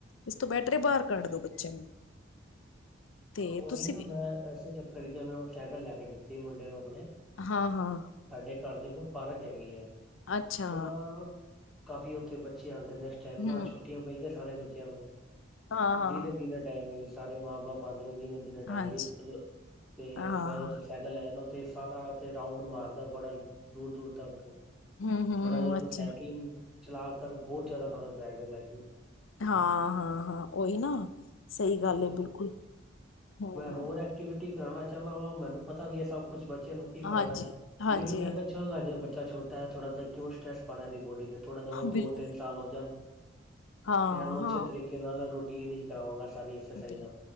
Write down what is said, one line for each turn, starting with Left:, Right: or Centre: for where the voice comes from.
Left: ਇਸ ਤੋਂ ਬੈਟਰੇ ਬਾਹਰ ਕੱਢ ਦੋ ਬੱਚਿਆਂ ਨੂੰ ਤੇ
Centre: ਉਹੀ
Left: ਤੁਸੀਂ
Centre: ਨਾ
Left: ਵੀ
Centre: ਮੈਂ ਇਸਸੇ ਚੱਕਰ ਚ ਉਹ ਸਾਈਕਲ ਲੈ ਕੇ ਦਿੱਤੀ ਮੁੰਡੇ ਨੂੰ
Left: ਹਾਂ-ਹਾਂ,
Centre: ਸਾਡੇ ਘਰ ਦੇ ਕੋਲ ਪਾਰਕ ਹੈਗੀ ਹੈ
Left: ਅੱਛਾ
Centre: ਉਹਦਾ ਕਾਫੀ ਉੱਥੇ ਬੱਚੇਿਆਂ ਹਨ ਨੈਕਸ ਟਾਈਮ ਨਾਲ
Left: ਹੂੰ।
Centre: ਛੱੀਆਂ ਪਈਆਂ ਛਾਲੇ ਬਚਿਆ
Left: ਹਾਂ-ਹਾਂ।
Centre: ਦਿਨੇ ਦਿਨੇ ਟਾਈਮ ਸਾਰੇ ਮਾਂ ਬਾਪ ਦਿਨ ਦਿਨੇ ਟਾਈਮ
Left: ਹਾਂਜੀ,
Centre: ਵੀ ਤੇ
Left: ਹਾਂ-ਹਾਂ,
Centre: ਮੈਂ ਉੱਥੇ ਸਾਈਕਲ ਲੈ ਤੇ ਸਾਰਾ ਉੱਥੇ ਰਾਊਂਡ ਮਾਰਦਾ ਬੜਾ ਦੂਰ ਦੂਰ ਤੱਕ
Left: ਹੂੰ-ਹੂੰ,
Centre: ਥੋੜਾ ਜਿਹਾ ਨੂੰ
Left: ਅੱਛਾ।
Centre: ਸਾਇਕਲਿੰਗ ਚਲਾ ਕਰ ਬਹੁਤ ਜ਼ਿਆਦਾ ਫਰਕ ਪੈ ਗਿਆ ਸੀ
Left: ਹਾਂ ਹਾਂ ਹਾਂ ਉਓਹੀ ਨਾ ਸਹੀ
Centre: ਤੇ
Left: ਗੱਲ ਹੈ
Centre: ਉਹ
Left: ਬਿਲਕੁਲ ਹੂੰ।
Centre: ਹੋਰ ਐਕਟੀਵਿਟੀ ਕਰਾਉਣਾ ਚਾਹੁੰਦਾ ਵਾ ਮੈਨੂੰ ਪਤਾ ਵੀ ਇਹ ਸਭ ਕੁਛ ਬੱਚਿਆਂ ਨੂੰ ਕੀ ਕਰਾਉਣਾ
Left: ਹਾਂਜੀ-ਹਾਂਜੀ,
Centre: ਹੈ ਲੇਕਿਨ ਮੈਂ ਕਿਹਾ ਚੱਲ ਲੱਗ ਗਿਆ ਛੋਟਾ ਥੋੜਾਿ ਕਿਉ ਸਟਟਰੈਸ ਬਣਾ ਦੀ ਬੋਡੀ ਤੇ ਥੋੜਾ ਜਿਹਾ
Left: ਬਿਲਕੁਲ
Centre: ਦੋ ਤਿੰਨ ਸਾਲ ਹੋ ਜਾ
Left: ਹਾਂ-ਹਾਂ।
Centre: ਇਹਨੂੰ ਅੱਛੇ ਤਰੀਕੇ ਨਾਲ ਰਟੀ ਟੀਨ ਕਰਾਵਾਂਗਾ ਸਾਰੀ ਐਕਸਰਸਾਈਜ਼ਾਂ
Left: ਬਿਲਕੁਲ